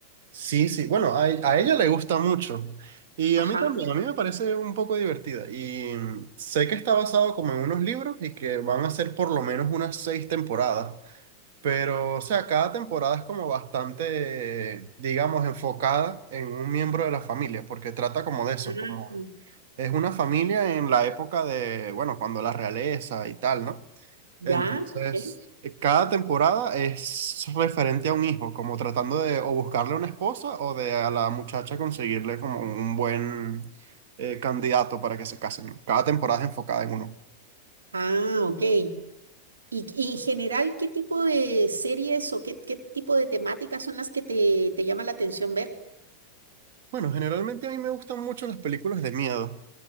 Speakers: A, on the right (about 60°); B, on the right (about 80°).
A: Sí, sí. Bueno, a, a ella le gusta mucho. Y
B: Ajá.
A: a mí también, a mí me parece un poco divertida. Y mm, sé que está basado como en unos libros y que van a ser por lo menos unas seis temporadas. Pero, o sea, cada temporada es como bastante, digamos, enfocada en un miembro de la familia, porque trata como de eso,
B: Ah,
A: como es una familia en la época de, bueno, cuando la realeza y tal, ¿no?
B: ya,
A: Entonces,
B: ok.
A: eh, cada temporada es referente a un hijo, como tratando de o buscarle una esposa o de a la muchacha conseguirle como un buen eh, candidato para que se casen. Cada temporada es enfocada en uno.
B: Ah, ok. ¿Y, y en general qué tipo de series o qué, qué tipo de temáticas son las que te, te llama la atención ver?
A: Bueno, generalmente a mí me gustan mucho las películas de miedo.